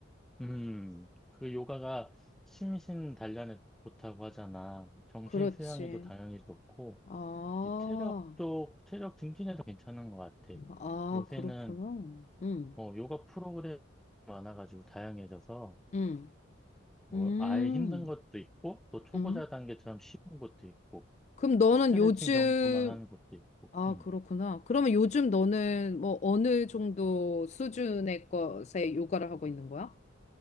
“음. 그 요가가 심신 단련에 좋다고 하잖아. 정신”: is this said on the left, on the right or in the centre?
Centre